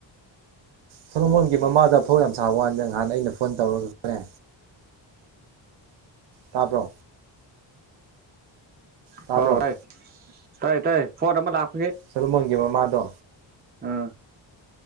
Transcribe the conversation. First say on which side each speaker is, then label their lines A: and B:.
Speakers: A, on the right; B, on the right.
A: ꯁꯣꯂꯃꯣꯟꯒꯤ ꯃꯃꯥꯗ ꯐꯧ ꯌꯥꯝ ꯁꯥꯕ ꯋꯥꯥꯟꯗ ꯉꯍꯥꯟ ꯑꯩꯅ ꯐꯣꯟ ꯇꯧꯔꯒ ꯐꯔꯦ ꯇꯥꯕꯔꯣ ꯇꯥꯕ꯭ꯔꯣ
B: ꯎ ꯑꯣ ꯇꯥꯏ ꯇꯥꯏ ꯇꯥꯏ ꯐꯣꯟ ꯑꯃꯥ ꯂꯥꯛ
A: ꯁꯂꯨꯃꯣꯟꯒꯤ ꯃꯃꯥꯗꯣ
B: ꯑꯥ